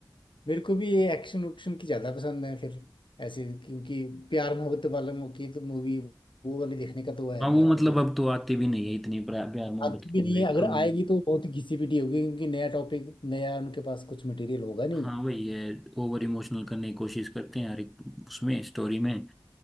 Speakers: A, on the left; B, in the centre.
A: मेरे को भी ये एक्शन उक्शन की ज़्यादा पसंद है फिर ऐसे क्योंकि प्यार मोहब्बत वाले की तो मूवी वो वाली देखने का तो है
B: हाँ वो
A: नहीं अभी
B: मतलब
A: नहीं
B: अब तो आती भी नहीं है इतनी प्रा- प्यार मोहब्बत
A: आती
B: की
A: भी नहीं
B: वही
A: है अगर
B: कम
A: आएगी
B: नहीं
A: तो बहुत ही घिसी पिटी होगी क्योंकि नया टॉपिक नया उनके पास कुछ मटेरियल होगा नहीं
B: हाँ वही है ओवर इमोशनल करने की कोशिश करते हैं हर एक उसमें स्टोरी में